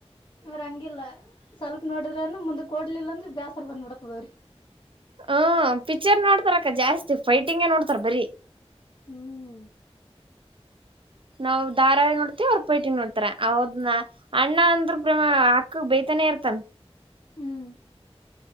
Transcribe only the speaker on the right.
ಹ್ಮ ಪಿಕ್ಚರ್ ನೋಡ್ತಾರ ಅಕ್ಕ ಜಾಸ್ತಿ ಫೈಟಿಂಗ್ ನೋಡ್ತರೆ ಬರಿ
ನಾವು ಧಾರಾವಾಹಿ ನೋಡ್ತಿವಿ ಅವ್ರ್ ಪೈಟಿಂಗ ನೋಡ್ತಾರ ಹೌದ್ನ ಅಣ್ಣ ಅಂದ್ರ ಪ್ರೇಮ ಬೇಯ್ತಾನೆ ಇರ್ತರೆ